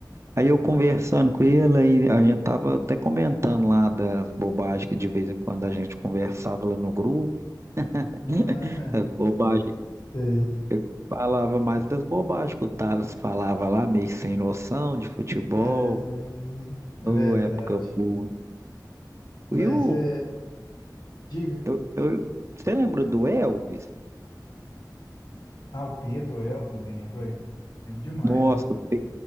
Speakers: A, on the right (about 40°); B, on the left (about 80°).
A: Aí eu conversando com ele, aí a gente tava até comentando lá das bobagens que de vez em quando a gente conversava lá no grupo,
B: ah,
A: <laughs> as
B: <laughs>
A: bobagens
B: sei.
A: Eu falava mais das bobagens que o Thales falava lá, meio sem noção de futebol,
B: É, é
A: ô,
B: verdade.
A: época boa.
B: Mas
A: E o,
B: é. Diga.
A: eu, eu- você lembra do Elvis?
B: Ah, o Pedro Elvis lembro, é. Lembro demais,
A: Nossa,
B: é.
A: te-